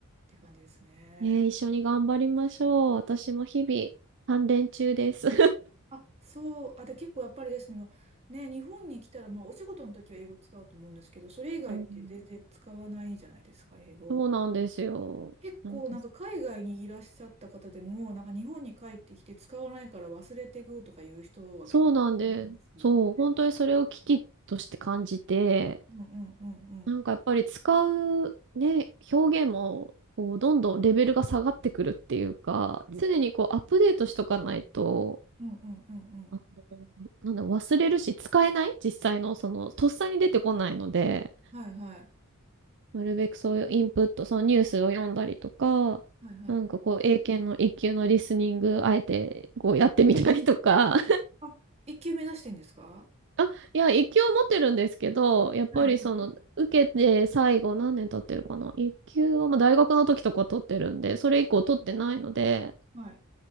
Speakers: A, on the right; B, on the right.
A: て感じですね。
B: えー、一緒に頑張りましょう。私も日々、鍛錬中です。
A: あ、そう、あ、で、結構やっぱりですね、まあね、日本に来たら、まあ、お仕事の時は英語使うと思うんですけど、それ以外って全然使わないじゃないですか、
B: うん。
A: 英語。
B: そうなんですよ。
A: 結構なんか海外にいらっしゃった方でも、
B: なんか、
A: なんか日本に帰ってきて使わないから忘れていくとかいう人は結構いますよ。
B: そうなんで、そう、本当にそれを危機として感じて、
A: うんうんうんうん。
B: なんかやっぱり使うね、表現も、こう、どんどんレベルが下がってくるっていうか、うん常にこう、アップデートしとかないと、
A: うんうんうんうん。
B: あの、なんだ、忘れるし、使えない実際の、その、とっさに出てこないので、
A: はいはい。
B: なるべくそういうインプット、そのニュースを読んだりとか、
A: はいはい。
B: なんかこう、英検の一級のリスニング、あえてこうやってみたりとか、
A: あ、一級目指してんですか
B: あ、いや、一級を持ってるんですけど、やっぱりその、
A: はいはい。
B: 受けて最後何年経ってるかな。一級はまあ大学の時とか取ってるんで、それ以降取ってないので、
A: はい。